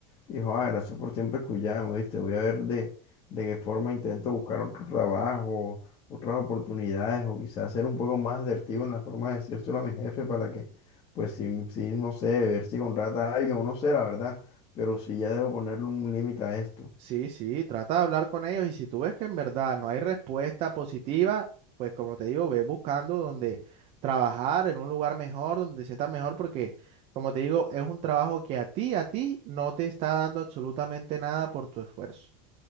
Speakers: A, on the left; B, on the right.
A: Y joder, gracias por siempre escucharme ¿viste? Voy a ver de, de qué forma intento buscar otro trabajo, otras oportunidades, o quizás ser un poco más asertivo en la forma de decírselo a mi jefe para que, pues sí, sí, no sé, ver si contrata a alguien, o no sé, la verdad, pero sí ya debo ponerle un límite a esto.
B: Sí, sí, trata de hablar con ellos y si tú ves que en verdad no hay respuesta positiva, pues como te digo, ve buscando donde trabajar en un lugar mejor, donde te sientas mejor, porque como te digo, es un trabajo que a ti, a ti no te está dando absolutamente nada por tu esfuerzo.